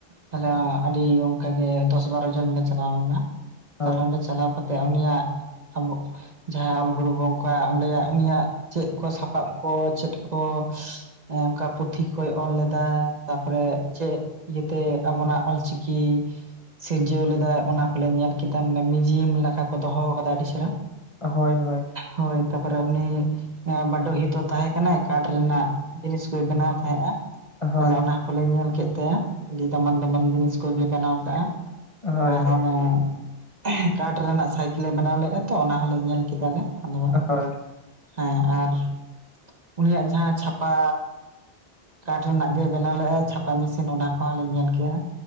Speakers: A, on the right; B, on the left.
A: ᱛᱟᱦᱚᱞᱮ ᱟᱹᱰᱤ ᱚᱱᱠᱟᱜᱮ ᱫᱚᱥ ᱵᱟᱨᱚ ᱡᱚᱱ ᱞᱮ ᱪᱟᱞᱟᱣ ᱞᱮᱱᱟ,
B: ᱦᱳᱭ
A: ᱛᱟᱦᱞᱮ ᱚᱸᱰᱮ ᱪᱟᱞᱟᱣ ᱠᱟᱛᱮᱜ ᱩᱱᱤᱭᱟᱜ ᱟᱵᱚᱜ ᱡᱟᱦᱟᱸ ᱚᱞ ᱜᱩᱨᱩ ᱜᱚᱢᱠᱮᱣᱟᱜ ᱚᱸᱰᱮᱭᱟᱜ ᱩᱱᱤᱭᱟᱜ ᱪᱮᱫ ᱠᱚ ᱥᱟᱯᱟᱵ ᱠᱚ ᱪᱮᱫ ᱠᱚ ᱚᱱᱠᱟ ᱯᱩᱛᱷᱤ ᱠᱚᱭ ᱚᱞ ᱞᱮᱫᱟ, ᱛᱟᱨᱯᱚᱨᱮ ᱪᱮᱫ ᱤᱭᱟᱹᱛᱮ ᱟᱵᱚᱱᱟᱜ ᱚᱞᱪᱤᱠᱤ ᱥᱤᱨᱡᱟᱹᱣ ᱞᱮᱫᱟ ᱚᱱᱟ ᱠᱚᱞᱮ ᱧᱮᱞ ᱠᱮᱫᱟ, ᱢᱟᱱᱮ ᱢᱤᱣᱡᱤᱭᱟᱢ ᱞᱮᱠᱟ ᱠᱚ ᱫᱚᱦᱚ ᱟᱠᱟᱫᱟ ᱟᱹᱰᱤ ᱪᱮᱨᱦᱟ᱾
B: ᱦᱳᱭ ᱦᱳᱭ,
A: ᱦᱳᱭ ᱛᱟ ᱯᱚᱨᱮ ᱩᱱᱤ ᱮᱸ ᱵᱟᱰᱳᱦᱤ ᱛᱚ ᱛᱟᱦᱮᱸ ᱠᱟᱱᱟᱭ ᱠᱟᱴ ᱨᱮᱱᱟᱜ ᱡᱤᱱᱤᱥ ᱠᱚᱭ ᱵᱮᱱᱟᱣ ᱛᱟᱦᱮᱸᱫᱼᱟ᱾
B: ᱦᱳᱭ
A: ᱛᱟᱦᱚᱞᱮ ᱚᱱᱟ ᱠᱚᱞᱮ ᱧᱮᱞ ᱠᱮᱫ ᱛᱟᱭᱟ ᱟᱹᱰᱤ ᱫᱟᱢᱟᱱ ᱫᱟᱢᱟᱱ ᱡᱤᱱᱤᱥ ᱠᱚᱜᱮᱭ ᱵᱮᱱᱟᱣ ᱠᱟᱜᱼᱟ,
B: ᱦᱳᱭ
A: ᱟᱨ ᱚᱱᱮ <unintelligible> ᱠᱟᱴ ᱨᱮᱱᱟᱜ ᱥᱟᱭᱠᱮᱞᱮ ᱵᱮᱱᱟᱣ ᱞᱮᱫᱼᱟ ᱛᱚ ᱚᱱᱟ ᱦᱚᱞᱮ ᱧᱮᱞ ᱠᱮᱫᱟᱞᱮ, ᱟᱫᱚ ᱵᱟᱝ
B: ᱦᱳᱭ
A: ᱦᱮᱸ ᱟᱨ ᱩᱱᱤᱭᱟᱜ ᱡᱟᱦᱟᱸ ᱪᱷᱟᱯᱟ ᱠᱟᱴ ᱨᱮᱱᱟᱜ ᱜᱮ ᱵᱮᱱᱟᱣ ᱞᱮᱫᱼᱟᱭ ᱪᱷᱟᱯᱟ ᱢᱮᱥᱤᱱ ᱚᱱᱟ ᱠᱚᱦᱚᱸ ᱞᱮ ᱧᱮᱞ ᱠᱮᱜᱼᱟ,